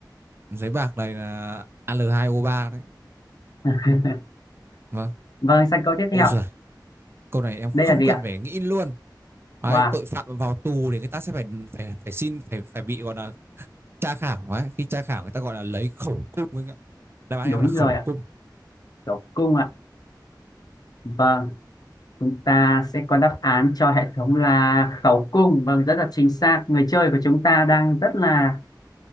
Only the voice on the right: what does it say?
giấy bạc này là Al2O3 đấy
vâng
ôi
giời câu này em không
cần
phải nghĩ luôn đấy,
tội phạm vào tù thì người ta sẽ phải phải phải xin phải phải bị gọi là tra khảo ấy khi tra khảo người ta gọi là lấy khẩu cung anh ạ đáp án
em là khẩu
cung